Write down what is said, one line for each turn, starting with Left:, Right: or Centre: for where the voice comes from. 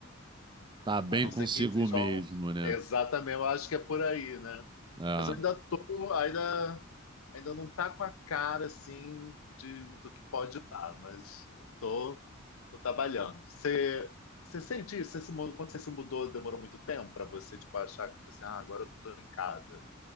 Right: Tá bem
Left: A não
Right: consigo
Left: ser que sejam...
Right: mesmo, né?
Left: Exatamente, eu acho que é por aí, né?
Right: Ah.
Left: Mas eu ainda tô... Ainda Ainda não tá com a cara assim de, do que pode estar, mas tô, tô trabalhando. Você você sente isso? Você se mu- quando você se mudou, demorou muito tempo para você tipo, achar que tipo assim, ah, agora eu tô em casa.